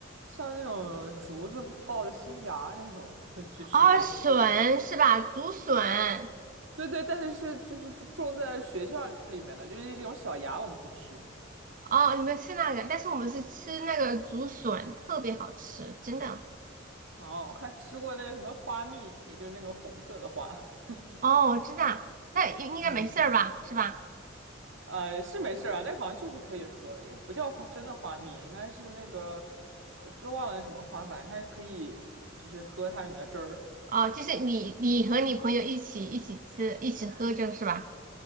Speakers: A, on the right; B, on the right.
A: 像那种竹子冒的新芽那种，会去吃那个。
B: 哦，笋是吧？竹笋。
A: 对对，但是是就是自种在学校里面的，就是这种小芽，我们去吃。
B: 哦，你们吃那个，但是我们是吃那个竹笋，特别好吃，真的。
A: 然后还吃过那个什么花蜜，就是那个红色的花。
B: 哦，真的啊，那应应该没事儿吧，
A: <laughs> 嗯。
B: 是吧？
A: 呃，是没事儿啊，那个好像就是可以喝，因为不叫花真的花蜜，应该是那个我不知道忘了是什么花，反正它可以就是喝它里面的汁儿。
B: 哦，就是你你和你朋友一起一起吃，一起喝这个是吧？